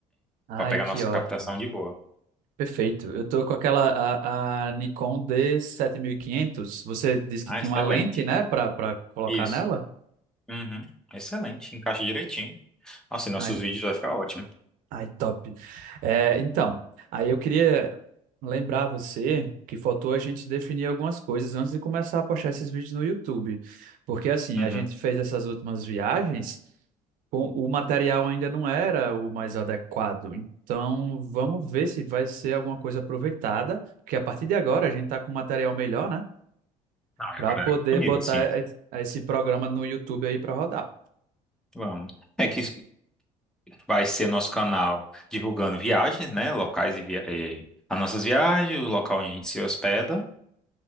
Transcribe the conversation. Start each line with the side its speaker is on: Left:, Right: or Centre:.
Right: Ai,
Centre: pra pegar
Right: que
Centre: nossa
Right: ótimo.
Centre: captação de boa.
Right: Perfeito. Eu tô com aquela a, a Nikon d sete mil e quinhentos. Você disse que
Centre: Ah,
Right: tinha
Centre: excelente.
Right: uma lente, né, para para colocar
Centre: Isso.
Right: nela?
Centre: Uhum. Excelente, encaixa direitinho. Nossa, e nossos
Right: Ai,
Centre: vídeos vai ficar ótimo.
Right: ai, top. É, então, aí eu queria lembrar você que faltou a gente definir algumas coisas antes de começar a postar esses vídeos no YouTube. Porque assim,
Centre: Uhum.
Right: a gente fez essas últimas viagens, com- o material ainda não era o mais adequado. Então, vamos ver se vai ser alguma coisa aproveitada, porque a partir de agora a gente tá com um material melhor, né?
Centre: Não, e
Right: para
Centre: agora
Right: poder
Centre: é outro nível,
Right: botar
Centre: assim.
Right: es- esse programa no YouTube aí para rodar.
Centre: Vamos. É que vai ser nosso canal divulgando viagens, né? Locais e, via... e as nossas viagens, o local onde a gente se hospeda. O